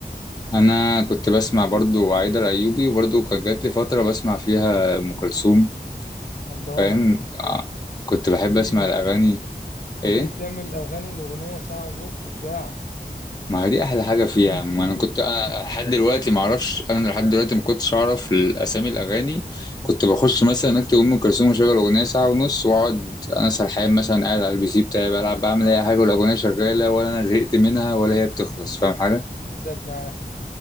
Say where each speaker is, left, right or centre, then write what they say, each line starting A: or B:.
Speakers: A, on the left; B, on the left.
A: انا كنت بسمع برضو عايدة الايوبي وبرضو كان جات لي فترة بسمع فيها ام كلثوم
B: الله
A: فاهم
B: ام كلثوم
A: ع- كنت بحب
B: ده دي
A: اسمع الاغاني
B: ده
A: ايه
B: دي بتعمل اغاني الاغنيه ساعه ونص وساعه
A: ما هي دي احلى حاجه فيها
B: <laughs>
A: يا عم انا كنت انا لحد دلوقتي ما اعرفش انا لحد دلوقتي ما كنتش اعرف اسامي الاغاني كنت بخش مثلا اكتب ام كلثوم واشغل اغنيه ساعه ونص واقعد انا سرحان مثلا قاعد على البي سي بتاعي بلعب بعمل اي حاجه والاغنيه شغاله ولا انا زهقت منها ولا هي بتخلص فاهم حاجه
B: مزج معاه